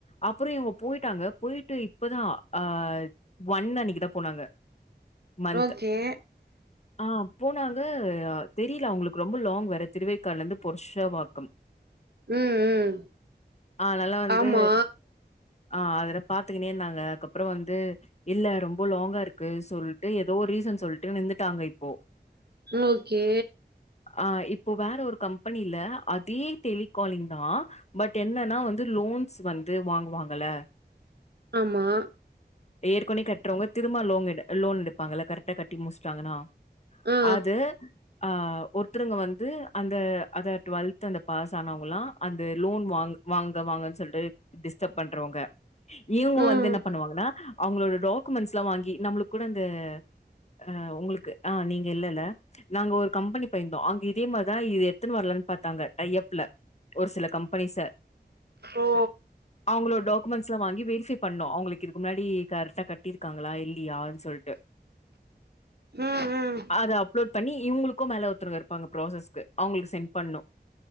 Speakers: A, on the left; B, on the right.
A: அப்பறோ இவங்க போயிட்டாங்க போயிட்டு இப்பதா அ ஒன் அன்னைக்குதா போனாங்க மந்த்
B: ஓகே
A: ஆ போனாங்க தெரில அவங்களுக்கு ரொம்ப லாங் வேற திருவேற்காடுலந்து புருஷவாக்கம்
B: ம் ம்
A: அதனால வந்து
B: ஆமா
A: ஆ அதுல பாத்துக்கினே இருந்தாங்க அதுக்கப்றோ வந்து இல்ல ரொம்ப லாங்கா இருக்கு சொல்லிட்டு ஏதோ ரீசன் சொல்லிட்டு நின்ந்துட்டாங்க இப்போ
B: ஓகே
A: அ இப்போ வேற ஒரு கம்பெனில அதே டெலிகாலிங்தா பட் என்னன்னா வந்து லோன்ஸ் வந்து வாங்குவாங்கல
B: ஆமா
A: ஏற்கனவே கட்றவங்க திரும்பா லோன் லோன் எடுப்பாங்கல்ல கரெக்டா கட்டி முடிச்டாங்கன்னா
B: ஆ
A: அது ஆ ஒருத்தருங்க வந்து அந்த அத டுவெல்த் அந்த பாஸ் ஆனவங்களா அந்த லோன் வாங் வாங்க வாங்கன்னு சொல்ட்டு டிஸ்டர்ப் பண்றவங்க இவுங்க
B: ம்
A: வந்து என்ன பண்ணுவாங்கனா அவுங்களோட டாக்குமெண்ட்ஸ்லா வாங்கி நம்மளுக்கூட அந்த அ உங்களுக்கு ஆ நீங்க இல்லல்ல நாங்க ஒரு கம்பெனி போயிந்தோ அங்க இதே மாரிதா இது எத்துனு வரலான்னு பாத்தாங்க டையப்ல ஒரு சில கம்பெனிஸ்ச
B: ஓ
A: அவங்களோட டாக்குமெண்டஸ்லா வாங்கி வெரிஃபை பண்ணு அவுங்குளுக்கு இதுக்கு முன்னாடி கரெக்டா கட்டிருக்காங்களா இல்லியானு சொல் க
B: ம் ம்
A: அத அப்லோட் பண்ணி இவுங்ளுக்கு மேல ஒருத்தருவுங்க இருப்பாங்க ப்ராசஸ்க்கு அவுங்களுக்கு சென்ட் பண்ணு